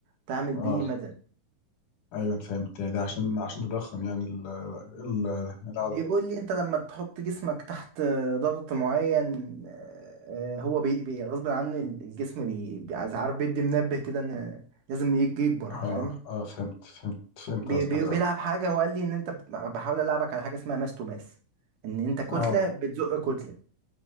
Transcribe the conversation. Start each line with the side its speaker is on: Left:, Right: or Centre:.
Right: تعمل بيه
Left: اه
Right: مدى
Left: ايوه أنا فهمت يعني ده عشان عشان تضخم يعني ال ال العدد
Right: بيقول لي انت لما تحط جسمك تحت آه، ضغط معين آه، آه، هو بي بي- غصب عنه الجسم بي بي- عايز- عارف بيدي منبه كده ان لازم يج- يكبر
Left: اه
Right: فاهم
Left: اه فهمت فهمت فهمت
Right: بي
Left: قصدك
Right: بي بيلعب
Left: اه
Right: حاجة هو قال لي ان انت بت- بحاول العبك على حاجة اسمها ماس تو ماس ان انت كتلة
Left: اه
Right: بتزق كتلة